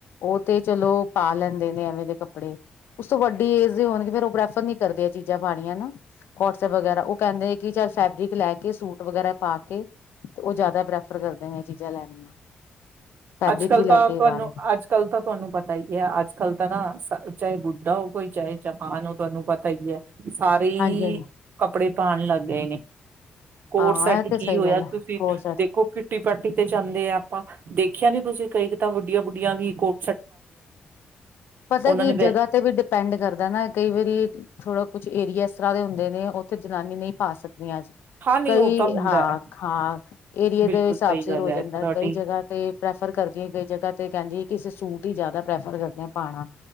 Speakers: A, on the left; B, on the right.
A: ਔ ਤੇ ਚਲੋ ਪਾ ਲੈਂਦੇ ਨੇ ਐਵੇਂ ਦੇ ਕੱਪੜੇ ਉਸ ਤੋਂ ਵੱਡੀ ਏਜ ਦੇ ਹੋਣਗੇ ਫੇਰ ਔ ਪ੍ਰੈਫਰ ਨੀ ਕਰਦੇ ਐ ਚੀਜ਼ਾਂ ਪਾਣੀਆਂ ਨਾ। ਕੋਟਸੈਪ ਵਗੈਰਾ ਔ ਕੈੰਦੇ ਏ ਕਿ ਚੱਲ ਫੈਬਰਿਕ ਲੈ ਕੇ ਸੂਟ ਵਗੈਰਾ ਪਾ ਕੇ ਤੇ ਔ ਜੈਦਾ ਪ੍ਰੈਫਰ ਕਰਦੇ ਨੇ ਐ ਚੀਜ਼ਾਂ ਲੈਣੀਆਂ। ਫੈਬਰਿਕ
B: ਅੱਜ-ਕੱਲ
A: ਹੀ ਲੈ
B: ਤਾਂ
A: ਕੇ
B: ਤੁਹਾਨੂੰ
A: ਪਾ ਲੈਣ
B: ਅੱਜ-ਕੱਲ ਤਾਂ ਤੁਹਾਨੂੰ ਪਤਾ ਹੀ ਐ ਅੱਜ-ਕੱਲ ਤਾਂ ਨਾ ਸ ਚਾਹੇ ਬੁੱਢਾ ਹੋ ਕੋਈ ਜਵਾਨ ਹੋਵੇ ਤੁਹਾਨੂੰ ਪਤਾ ਹੀ ਐ। ਸਾਰੇ ਈ
A: ਹਾਂਜੀ ਹਾਂਜੀ
B: ਕੱਪੜੇ ਪਾਣ ਲੱਗ ਗਏ ਨੇ। ਕੋਡ
A: ਹਾਂ
B: ਸੈਟ
A: ਇਹ ਤੇ
B: ਕੀ
A: ਸਹੀ
B: ਹੋਇਆ,
A: ਗੱਲ
B: ਤੁਸੀਂ
A: ਹੈ ਕੋਟ ਸੈਟ
B: ਦੇਖੋ ਕਿਟੀ ਪਰਟੀ ਤੇ ਜਾਂਦੇ ਆ। ਆਪਾਂ ਦੇਖਦੇ ਆਂ ਦੇਖਿਆ ਨੀ ਤੁਸੀਂ ਕਈ ਤਾਂ ਵੱਡੀਆਂ ਬੂੱਡੀਆਂ ਵੀ ਕੋ
A: ਪਤੈ ਕੀ
B: ਨੇ
A: ਜਗ੍ਹਾ
B: ਵ
A: ਤੇ ਵੀ ਡਿਪੈਂਡ ਕਰਦੈ ਨਾ ਕਈ ਵਾਰੀ ਥੋੜਾ ਕੁਛ ਏਰੀਆ ਸ ਤਰ੍ਹਾਂ ਦੇ ਹੁੰਦੇ ਨੇ ਉਥੇ ਜਨਾਨੀ ਨਹੀਂ ਪਾ ਸਕ ਨੀ ਆਸਕ--ਕਈ
B: ਹਾਂ ਨਹੀਂ ਉਹ ਤਾਂ ਹੁੰਦਾ
A: ਹਾਂ
B: ਹੈ
A: ਹਾਂ ਏਰੀਏ
B: ਬਿਲਕੁਲ
A: ਦੇ
B: ਸਹੀ
A: ਸਾਬ ਸਿਰ
B: ਗੱਲ
A: ਹੋ
B: ਹੈ
A: ਜਾਂਦੈ,
B: ਤੁਹਾਡੀ
A: ਕਈ ਜਗ੍ਹਾ ਤੇ ਪ੍ਰੈਫਰ ਕਰਦੀਆਂ ਕਈ ਜਗ੍ਹਾ ਤੇ ਕਹਿੰਦੀ ਏ ਕਿਸੇ ਸੂਟ ਵੀ ਜਿਆਦਾ ਪ੍ਰੈਫਰ ਕਰਦੇ ਨੇ ਪਾਉਣਾ